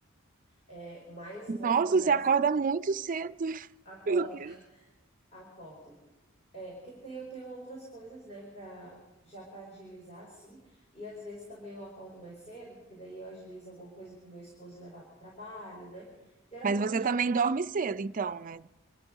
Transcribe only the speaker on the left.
É, mais o mais
tardar,
acordo.
<laughs> Acordo. É, porque eu tenho, eu tenho outras coisas, né, para já para agilizar, assim. E às vezes também eu acordo mais cedo, porque daí eu agilizo alguma coisa para o meu esposo levar para o trabalho, né? Geralmente
eu já.